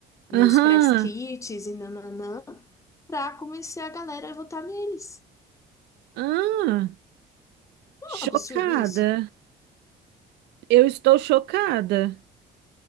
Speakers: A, on the left; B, on the right.
A: nos
B: aham.
A: press kits e nananã, pra convencer a galera a votar neles.
B: Ah,
A: É
B: chocada.
A: um absurdo isso.
B: Eu estou chocada.